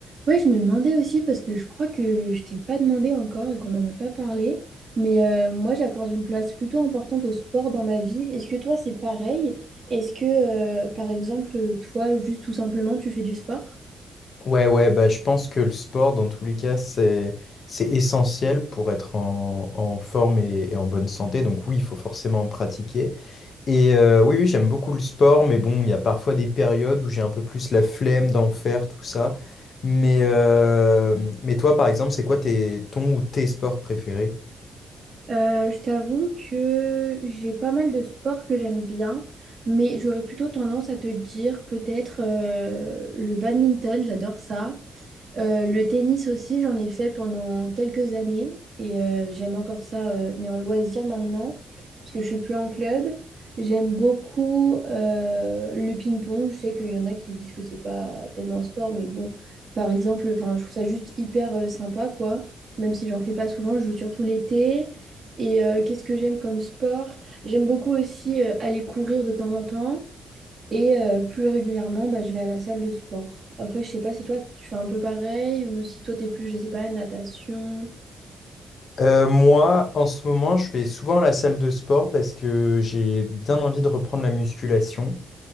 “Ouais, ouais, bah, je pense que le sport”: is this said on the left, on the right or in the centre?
Left